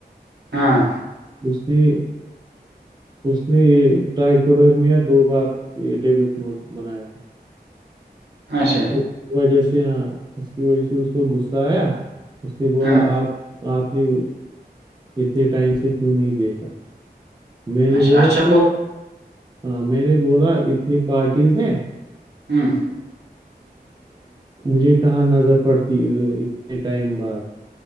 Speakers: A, on the right; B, on the right.
A: ہاں
B: اس میں اس نے یہ ٹائی کوڈرمیا دو بار یہ ڈیبٹ نوٹ بنایا تھا
A: ہاںا
B: اس وجہ سے ہاں اس کی وجہ سے اس کو غصہ آیا اس نے بولا
A: ہاں
B: آپ آپ نے اتنے ٹائم سے کیوں نہیں دیکھا میں نے
A: اچھا
B: بولا
A: اچھا
B: کہ ہاں میں نے بولا اتنی پارٹیز ہیں
A: ہوں
B: مجھے کہاں نظر پڑتی اتنے ٹائم بعد